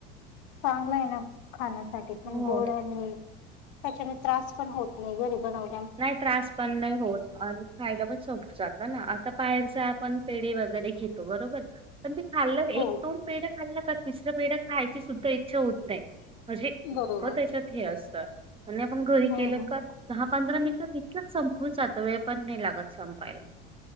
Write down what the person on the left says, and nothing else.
चांगलं आहे ना खाण्यासाठी पण
गोड आणि त्याच्या त्रास पण होत नाही घरी बनव
हो
बरोबर
हम्म
हम्म